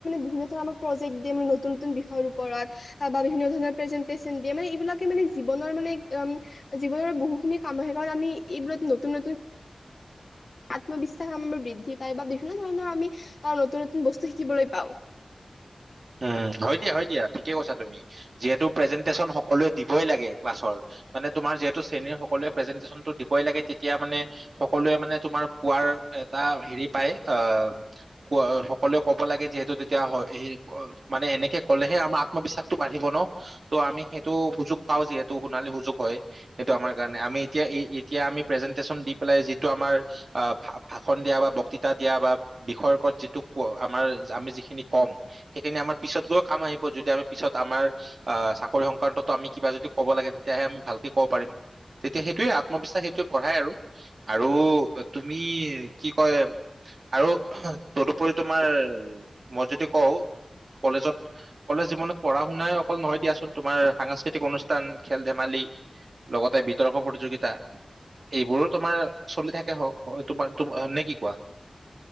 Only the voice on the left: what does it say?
বিভিন্ন ধৰণৰ। প্ৰজেক্ দিম নতুন- নতুন বিষয়ৰ ওপৰত বা বিভিন্ন ধৰণৰ প্ৰেজেনটেচন দিয়ে ম এইবিলাকে মানে জীবনৰ। উম জীৱনৰ বহুখিনি কাম আহে কাৰণ আমি এইবোৰত নতুন নতুন। আত্মবিশ্বাস আমাৰ বৃদ্ধি পায় বা বিভিন্ন ধৰণৰ আমি নতুন নতুন বস্তু শিকিবলৈ পাওঁ। <unintelligible>